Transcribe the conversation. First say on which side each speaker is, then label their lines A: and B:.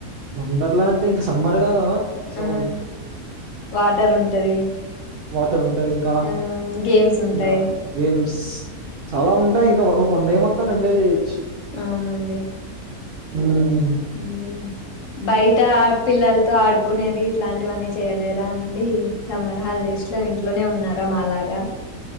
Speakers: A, on the right (about 85°); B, on the left (about 65°).
A: వండర్ లా అంటే ఇంకా సమ్మర్ కదా సో
B: ఆ
A: ఇంకా
B: వాటర్ ఉంటది
A: వాటర్ ఉంటది ఇంకా
B: ఆ గేమ్స్ ఉంటాయి
A: ఇంకా గేమ్స్ చాలా ఉంటాయి ఇంకా వన్ డే మొత్తం ఎంజాయ్ చేయొచ్చు
B: అవునండి
A: హమ్
B: ఉమ్ బయట పిల్లలతో ఆడుకునేది ఇట్లాంటివన్నీ చేయలేదా అండి సమ్మర్ హాలిడేస్ ఇట్లా ఇంట్లోనే ఉన్నారా మా లాగా